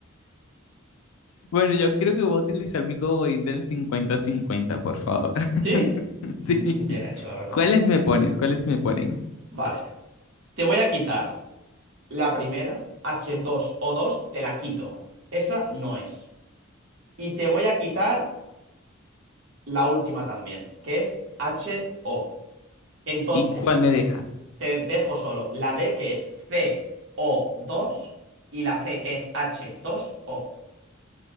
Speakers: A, on the left; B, on the right.
A: Bueno, yo creo que voy a utilizar mi comodín del 50-50, por favor. <laughs>
B: ¿Sí? Mm,
A: Sí.
B: Bien hecho, la verdad.
A: ¿Cuáles me pones? ¿Cuáles me pones?
B: Vale. Te voy a quitar la primera, h dos o dos te la quito. Esa no es. Y te voy a quitar la última también, que es H O Entonces,
A: ¿Y cuál me dejas?
B: te dejo solo la B que es CO2 y la C que es H2O.